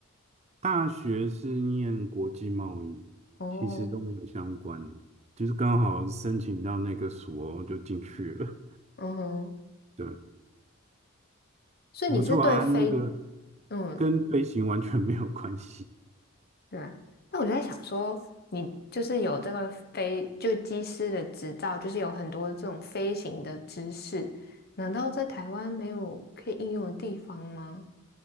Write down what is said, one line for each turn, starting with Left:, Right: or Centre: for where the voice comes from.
Right: 大学是念国际贸易，
Left: 哦，
Right: 其实都没有相关，的，就是刚好申请到那个所就进去了。
Left: 嗯哼，
Right: 对，
Left: 所以你是对非，
Right: 不错啊，那个
Left: 嗯，
Right: 跟飞行完全没有关系。
Left: 对啊那我就在想说，你就是有这个飞，就机师的执照，就是有很多这种飞行的知识，难道在台湾没有可以应用的地方吗？